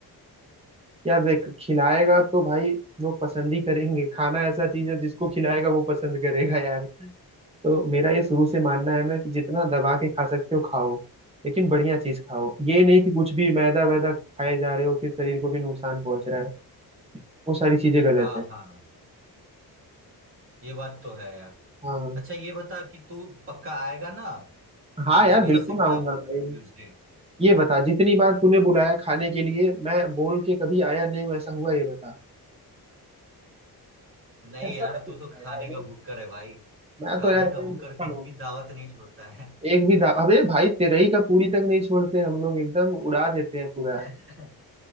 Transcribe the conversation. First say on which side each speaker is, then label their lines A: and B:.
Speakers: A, on the right; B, on the right.
A: यार देख खिलाएगा तो भाई लोग पसंद ही करेंगे खाना ऐसा चीज है जिसको खिलाएगा वो पसंद करेगा यार तो मेरा ये शुरू से मानना है ना कि जितना दबा के खा सकते हो खाओ लेकिन बढ़िया चीज खाओ ये नहीं कि कुछ भी मैदा वैदा खाए जा रहे हो फिर शरीर को भी नुकसान पहुंच रहा है वो सारी चीजें गलत
B: हाँ
A: है
B: हाँ ये बात तो है यार
A: हाँ
B: अच्छा ये बता कि तू पक्का आएगा ना
A: हाँ
B: मतलब
A: यार
B: इससे
A: बिल्कुल
B: क्या
A: आऊंगा
B: बोलते
A: भाई
B: हैं ट्यूसडे
A: ये बता जितनी बार तूने बुलाया खाने के लिए मैं बोल के कभी आया नहीं हूँ ऐसा हुआ ये बता
B: नहीं
A: ऐसा
B: यार
A: नहीं
B: तू
A: होता
B: तो खाने
A: यार मैं
B: का भुक्कर है भाई
A: मैं
B: खाने
A: तो यार एकदम
B: का भुक्कर
A: भुक्कड़
B: कहीं
A: हूँ
B: भी दावत नहीं छोड़ता है
A: एक भी दा... अबे भाई तेरे ही का पूरी तक नहीं छोड़ते हम लोग एकदम उड़ा देते हैं पूरा
B: <laughs>